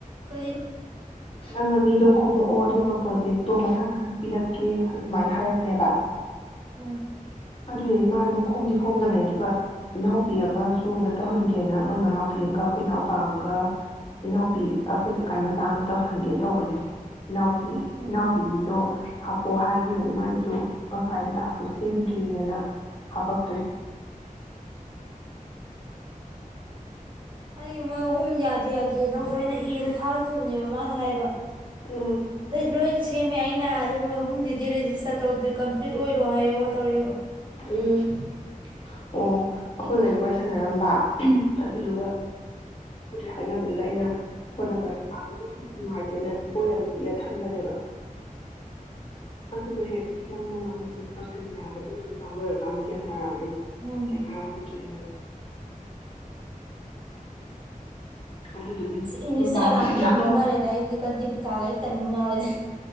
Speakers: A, on the right (about 30°); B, on the left (about 40°).
A: ꯀ
B: ꯅ ꯅꯪꯅ ꯃꯤꯗꯣ ꯈꯣꯝꯃꯛꯛꯑꯣ ꯑꯗꯨꯒ ꯄ꯭ꯔꯣꯖꯦꯛꯇꯣ ꯃꯊꯪ ꯃꯊꯪ ꯄꯤꯔꯛꯀꯦ ꯑꯁꯨꯃꯥꯏꯅ ꯍꯥꯏꯔꯛꯄꯅꯦꯕ
A: ꯎꯝ
B: ꯑꯗꯨꯗꯒꯤ ꯃꯥꯗꯤ ꯑꯗꯨꯝ ꯈꯣꯝꯗꯤ ꯈꯣꯝꯗꯕꯅꯦ ꯑꯗꯨꯒ ꯏꯅꯥꯎꯄꯤ ꯑꯃꯁ ꯁꯣꯝꯗ ꯇꯧꯍꯟꯒꯦꯅ ꯃꯣꯏ ꯃꯅꯥꯎꯄꯤ ꯑꯃꯒ ꯑꯩꯈꯣꯏ ꯏꯅꯥꯎꯄꯥ ꯑꯒ ꯏꯅꯥꯎꯄꯤ ꯑꯩꯈꯣꯏ ꯀꯀꯥꯏ ꯃꯇꯥꯡꯒ ꯇꯧꯍꯟꯒꯦ ꯇꯧꯕꯅꯦ ꯏꯅꯥꯎꯄꯤ
A: ꯎꯝ
B: ꯏꯅꯥꯎꯄꯤꯗꯣ ꯍꯥꯞꯄꯣꯑꯣ ꯍꯥꯏꯈꯤꯕꯅꯤ ꯃꯥꯒꯤꯁꯨ ꯄ꯭ꯔꯣꯐꯥꯏꯟ ꯇꯥꯛꯁꯇꯨ ꯁꯦꯝꯗ꯭ꯔꯤꯑꯅ ꯍꯥꯄꯛꯇ꯭ꯔꯦ
A: <unintelligible> ꯑꯩ ꯃꯣꯏ ꯑꯍꯨꯝ ꯌꯥꯗꯦ ꯌꯥꯗꯦ ꯅꯧꯗ ꯑꯩꯅ ꯏꯗ ꯊꯥ ꯆꯠꯈꯤꯕꯅꯦꯕ ꯃꯥꯅ ꯍꯥꯏꯌꯦꯕ
B: ꯎꯝ
A: ꯑꯗꯨꯗ ꯂꯣ ꯁꯦꯝꯃꯦ ꯑꯩꯅ ꯑꯗꯨꯒꯨꯝꯕ ꯑꯍꯨꯝꯁꯤꯗꯤ ꯔꯦꯖꯤꯁꯇꯔ ꯇꯧꯗ꯭ꯔꯤ ꯀꯝꯄ꯭ꯂꯤꯠ ꯑꯣꯏꯔꯣ ꯍꯥꯏꯌꯣ ꯇꯧꯔꯛꯏꯦꯕꯣ
B: ꯎꯝ ꯑꯣ ꯑꯩꯈꯣꯏꯉꯩꯗ ꯋꯥꯔꯤ ꯁꯥꯟꯅꯔꯝꯕ ꯑ ꯌꯕ ꯂ ꯍꯥꯏꯅꯕꯗꯨꯗ ꯑꯩꯅ ꯍꯣꯠꯅꯕ꯭ꯔ ꯀꯗ ꯑꯗꯨꯝ ꯅꯨꯡꯉꯥꯏꯇꯦꯅ ꯕꯣꯏ ꯑꯃ ꯄꯤꯒ ꯊꯟꯝꯕꯅꯦꯕ ꯑꯗꯨꯗꯣ ꯍꯦꯛ ꯅꯝꯃꯒ ꯇꯧꯁꯤꯟꯒꯅꯦ ꯍꯥꯏꯕꯗꯨ ꯇꯔ ꯀꯥꯟ ꯀꯌꯥ ꯇ
A: ꯎꯝ
B: ꯀꯃꯦꯥꯏ ꯌꯥꯨꯖ ꯑꯗꯨꯗꯨꯒꯤ
A: ꯏꯪꯂꯤꯁꯁꯦ
B: ꯅꯨꯡꯗꯥꯡꯗꯤ
A: ꯑꯔꯥꯡꯕꯤ
B: ꯀꯩ ꯏꯟꯖꯥꯡ
A: ꯌꯥꯝ ꯂꯣꯟꯅꯔꯦꯗ
B: ꯊꯣꯡ
A: ꯑꯩꯗꯤꯒ ꯗꯤꯄꯤꯀꯥꯒ ꯑꯩ ꯇꯟꯐꯝ ꯌꯥꯎꯋꯦꯗ